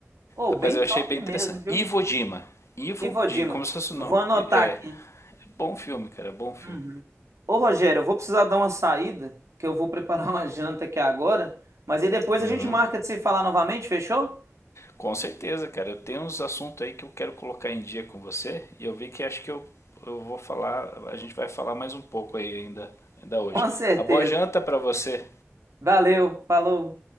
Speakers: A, on the right; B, on the left.
A: Oh,
B: Rapaz,
A: bem
B: eu achei
A: top
B: bem interessante.
A: mesmo, viu?
B: Ivo Dima. Ivo,
A: E Ivo Dima,
B: de, como se fosse o nome.
A: eu vou anotar
B: É,
A: aqui.
B: é bom filme, cara, é bom filme.
A: Uhum. Ô Rogério, eu vou precisar dar uma saída, que eu vou preparar <laughs> uma janta aqui agora, mas aí depois
B: Hum,
A: a gente marca de se falar novamente, fechou?
B: com certeza, cara. Eu tenho uns assuntos aí que eu quero colocar em dia com você e eu vi que acho que eu, eu vou falar, a gente vai falar mais um pouco aí ainda, ainda hoje.
A: Com certeza.
B: A boa janta pra você.
A: Valeu, falou.